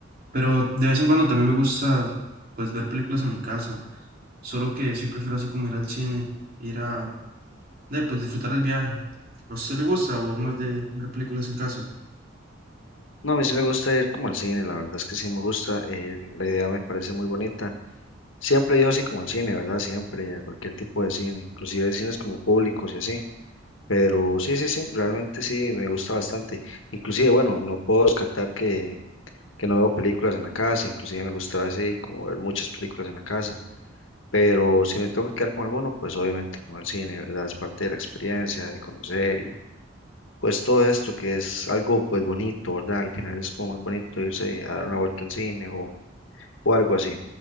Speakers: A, on the right (about 50°); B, on the left (about 85°).
A: pero de vez en cuando también me gusta, pues, ver películas en mi casa, solo que sí prefiero así como ir al cine, ir a, de, pues, disfrutar el viaje. ¿A usted le gusta o es más de ver películas en casa?
B: No, a mí sí me gusta ir como al cine, la verdad es que sí me gusta, eh, la idea me parece muy bonita. Siempre yo así como al cine, ¿verdad? Siempre, a cualquier tipo de cine, inclusive cines como públicos y así. Pero sí, sí, sí, realmente sí, me gusta bastante. Inclusive, bueno, no puedo descartar que, que no veo películas en la casa, inclusive me gusta así como ver muchas películas en la casa, pero si me tengo que quedar con alguno, pues obviamente con el cine, ¿verdad? Es parte de la experiencia, de conocer y pues todo esto que es algo pues bonito, ¿verdad? Al final es como muy bonito irse a dar una vuelta al cine o, o algo así.